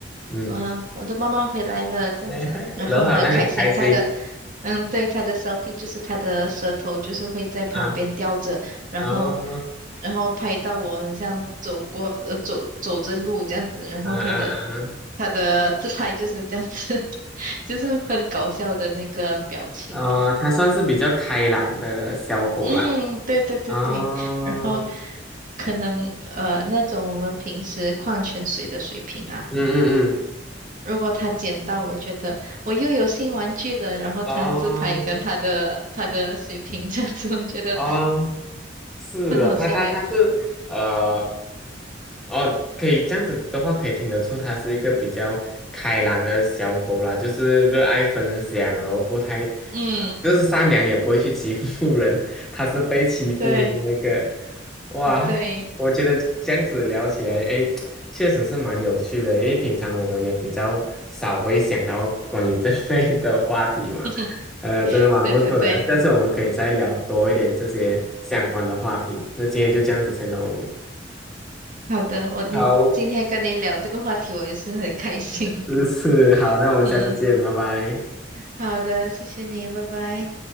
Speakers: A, in the centre; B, on the right.
A: 嗯，
B: 呃，我的妈妈回来了这样子，
A: 哎
B: 然后很开心。
A: 然后好像很开心，
B: 他的，嗯，对，他的 selfie 就是他的舌头就是会在旁边吊着，
A: 啊，
B: 然后
A: 哦，
B: 然后拍到我很像走过呃走走着路这样子，然后他的
A: 嗯嗯
B: 他的自拍就是这样子，<laughs> 就是很搞笑的那个表情。
A: 嗯，哦，它算是比较开朗的小狗啦，
B: 嗯，对对对对，
A: 哦，
B: 然后可能呃那种我们平时矿泉水的水瓶啊，
A: 嗯嗯嗯。
B: 如果他捡到，我觉得我又有新玩具了，然后他自拍跟他的他的水瓶
A: 啊
B: <laughs> 这样子，我觉得
A: 啊，是啊，
B: 很好笑诶。
A: 他他他是呃，哦，可以这样子的话，可以听得出它是一个比较开朗的小狗啦，就是热爱分享，然后不太，
B: 嗯，
A: 就是善良，也不会去欺负 <laughs> 人。它是被欺负的那个，
B: 对
A: 哇，
B: 对
A: 我觉得这样子聊起来，哎，确实是蛮有趣的，因为平常我们也比较少会想到关于这类的话题嘛。
B: <laughs>
A: 呃，真的蛮不错的，
B: 对对对，
A: 下次我们可以再聊多一点这些相关的话题。那今天就这样子先喽。
B: 好的，我你今天跟你聊这个话题，
A: 好，
B: 我也是很开心。<laughs>
A: 是是，好，那我们下次见，
B: 嗯，
A: 拜拜。
B: 好的，谢谢你，拜拜。